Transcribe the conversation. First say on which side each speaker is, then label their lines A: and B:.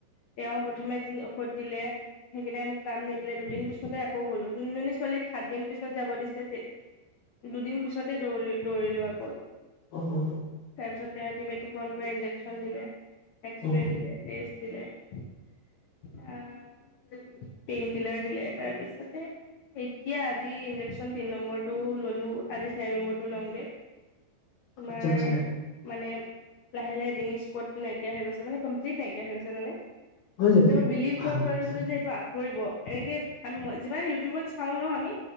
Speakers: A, on the left; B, on the left.
A: তেওঁ প্ৰথমে যি ঔষধ দিলে সেইকেইটাই মোক কাম নিদিলে, দুদিন পিছতে আকৌ গ'লো। যোনজনী ছোৱালীক সাতদিন পিছত যাব দিছে তে দুদিন পিছতে দৌৰি-দৌৰিলো আকৌ। তাৰপিছত
B: অ অ,
A: তেওঁ এণ্টিবায়টিক বন কৰি ইঞ্জেকচন দিলে। এক্সৰে
B: অ,
A: দিলে <unintelligible> দিলে, আ-পেইনকিলাৰ দিলে তাৰপিছতে। এতিয়া আজি ইনজেকচন তিন নম্বৰটো ল লো, আজি চাৰি নম্বৰটো লমগে। তোমাৰ
B: আচ্ছা আচ্ছা
A: মানে লাহে লাহে ডিঙি স্পতটো নাইকিয়া হৈ গৈছে, মানে কমপ্লিট নাইকিয়া হৈ গছে মানে। এ
B: হয় নেকি
A: মই বিলিভ
B: ভাল
A: কৰিব
B: এতিয়া
A: পাৰা নছিলো যে এইটো আঁতৰিব। এনেকে আ-মই যিমান ইউটিউবত চাও ন আমি